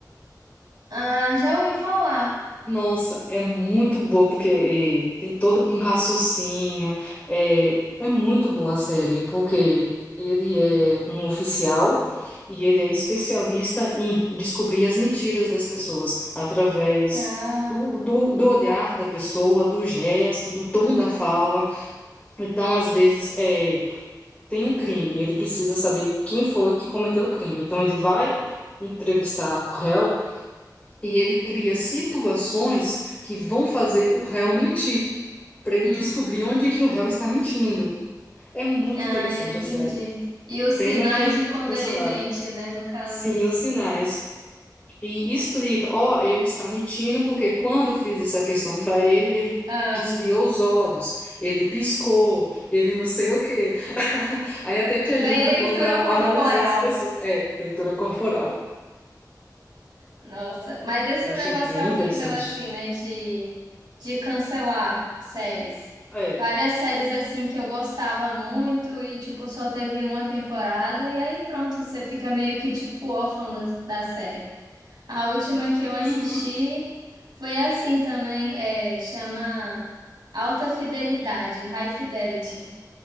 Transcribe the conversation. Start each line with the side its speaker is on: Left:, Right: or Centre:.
Right: Ah, já ouvi falar.
Left: Nossa, é muito boa, porque eh, tem todo um raciocínio. É, é muito boa a série, porque ele é um oficial e ele é especialista em descobrir as mentiras das pessoas através
Right: Ah,
Left: do, do, do olhar da pessoa, do gesto, do tom da fala. Então, às vezes, eh, tem um crime e ele precisa saber quem foi que cometeu o crime. Então, ele vai entrevistar o réu. E ele cria situações que vão fazer o réu mentir, para ele
Right: hum,
Left: descobrir onde que o réu está mentindo. É muito
Right: ah,
Left: interessante
Right: entendi.
Left: a série.
Right: E
Left: Que
Right: os
Left: pena
Right: sinais
Left: que
Right: de quando
Left: cancelaram.
Right: ele mente, né, no caso.
Left: Sim, os sinais. E explica, ó, ele está mentindo porque quando eu fiz essa questão para ele, ele
Right: Ah,
Left: desviou os olhos, ele piscou, ele não sei o quê. <laughs> Aí até te ajuda
Right: bem leitura
Left: um pouco a
Right: corporal.
Left: analisar as pessoas. É, leitura corporal.
Right: Nossa, mas esse
Left: Eu achei
Right: negócio
Left: bem
Right: é horrível,
Left: interessante.
Right: assim, né? De, de cancelar séries.
Left: É.
Right: Várias séries, assim, que eu gostava muito e, tipo, só teve uma temporada e aí pronto, você fica meio que, tipo, órfão da, da série. A última que eu assisti
Left: Uhum.
Right: foi assim também, é, chama Alta Fidelidade, High Fidelity.